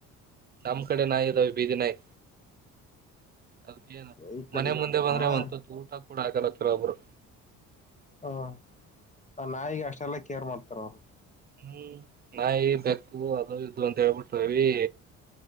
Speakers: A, on the right; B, on the left.
A: ನಮ್ ಕಡೆ ನಾಯ ಇದಾವ ಬೀದಿ ನಾಯ್ ಅದಕ್ಕೇಏನ್
B: ಈ ಕಡೆ
A: ಮನೆ ಮುಂದೆ ಬಂದ್ರೆ
B: ಹಾ
A: ಒಂತ ಊಟ ಕೂಡ ಆಗಲತ್ತರ ಒಬ್ರು
B: ಹ್ಮ ನಾಯಿಗೆ ಅಷ್ಟೆಲ್ಲ ಕೇರ್ ಮಾಡ್ತಾರ ಅವ್ರು
A: ಹ್ಮ್ ನಾಯಿ ಬೆಕ್ಕು ಅದ ಇದು ಅಂತ ಹೇಳ್ಬಿಟ್ಟೀ